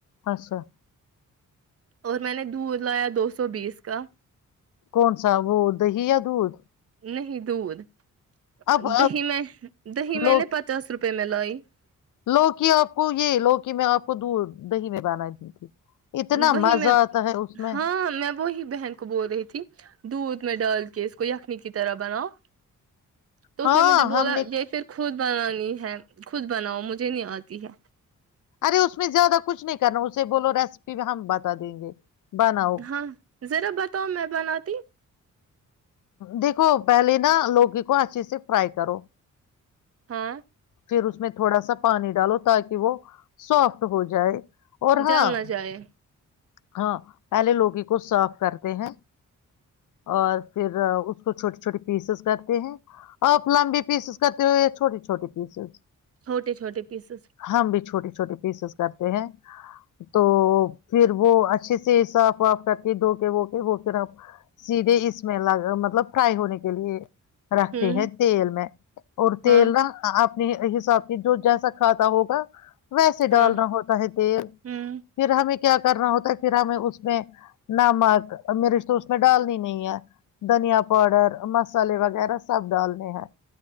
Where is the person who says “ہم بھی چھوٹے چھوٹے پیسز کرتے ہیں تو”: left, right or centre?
Left